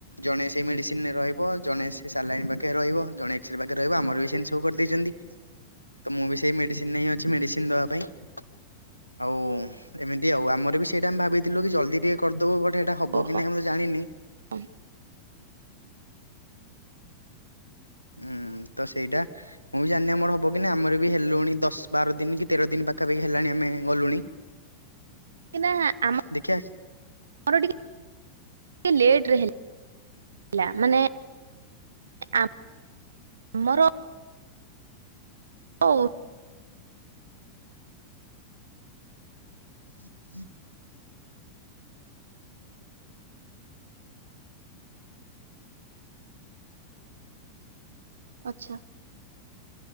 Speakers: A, on the left; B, on the right.
A: ଜଣେ ସେଇ ମେଡିସିନରେ ରହିବ ଜଣେ ସେ ସାଲାଇନ୍ ପାଖରେ ରହିବ ଜଣେ ଏକ୍ସରେ ପାଖରେ ରହିବ ଆମର ବି ସେମିତି ସବୁ କରିଦେଇଛନ୍ତି। ତ ମୁଁ ବି ସେଇ ମେଡିସିନ ନେ ହିଁ ଅଛି ମେଡିସିନ ଦବା ପାଇଁ। ଆଉ ଏମିତି ଆଉ ଆମର ବି ସେଇଟା ଆମେ ଭାବିଥିଲୁ କି ଜଲଦି ଟିକେ କରିଦବୁ ବଟ ହେଟା ହବ
B: ଓହୋ।
A: କି ନାଇଁ ମୁଁ ଜାଣିନି।
B: <unintelligible>
A: ଉଁ ତ ସେଇଟା ମୁଁ ବି ଜାଣିନି ଆମର ହବ କି ନାଇଁ ଆମର ବି ହେଲୁଣି ଦଶ ବାର ଦିନି କି ତେର ଦିନି ପାଖାପାଖି ହେଲାଣି ଆମେ ଗଲୁଣି। <inaudible>
B: କିନାଁ ଆମ
A: ଦେଖିଆ
B: ମୋର ଟିକେ ଲେଟରେ ହେ ଲା ମାନେ ଆମର ହଉ।
A: <unintelligible>
B: ଆଚ୍ଛା।